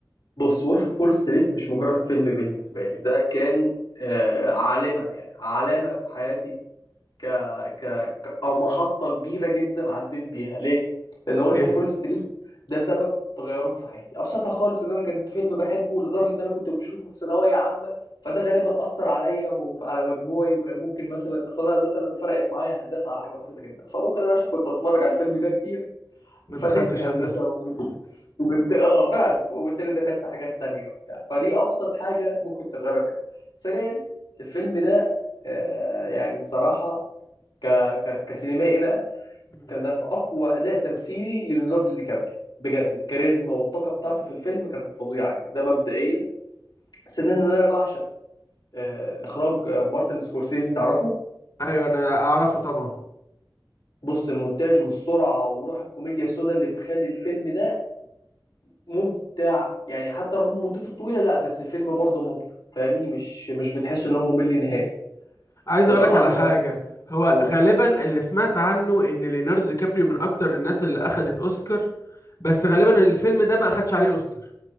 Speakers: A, on the left; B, on the left.
A: بص وولف أوف وول ستريت مش مجرد فيلم بالنسبة لي ده كان آه علامة يعني علامة في حياتي ك... ك... ك- او محطه كبيره جدا عديت بيها ليه لان وولف
B: ليه
A: اوف وول ستريت ده سبب تغيرات في حياتي ابسطها خالص ان انا كنت فيلم بحبه لدرجه ان انا كنت بشوفه في ثانويه عامه فده غالبا اثر عليا وعلى مجموعي وكان ممكن مثلا اصلا مثلا فرقت معايا هندسه على حاجه بسيطه جدا فممكن انا عشان كنت بتفرج على الفيلم ده كتير
B: ما
A: فاتتني
B: دخلتش
A: هندسه
B: هندسه
A: وب- وبت... اه فعلا وبالتالي دخلت حاجات تانية وبتاع فدي ابسط حاجه ممكن تغيرها فيها ثانيا الفيلم ده آه، يعني بصراحة ك... ك... كسينمائي بقى
B: مم.
A: كان ده في اقوى اداء تمثيلي لليوناردو دي كابريو بجد الكاريزما والطاقه بتاعته في الفيلم كانت فظيعه يعني ده مبدئيا ثانيا ان انا بعشق آه، اخراج آه، مارتن سكورسيزي تعرفه
B: ايوه انا اعرفه طبعا
A: بص المونتاج والسرعه وروح الكوميديا السوداء اللي بتخلي الفيلم ده ممتع يعني حتى رغم مدته الطويله لا بس الفيلم برضه ممتع فاهمني مش مش بتحس ان هو ممل نهائي
B: عايز
A: ده
B: اقول
A: طبعا
B: لك على
A: ده
B: حاجه هو
A: قول
B: غالبا اللي سمعت عنه ان ليوناردو دي كابريو من اكتر الناس اللي اخدت اوسكار بس غالبا الفيلم ده ما اخدش عليه اوسكار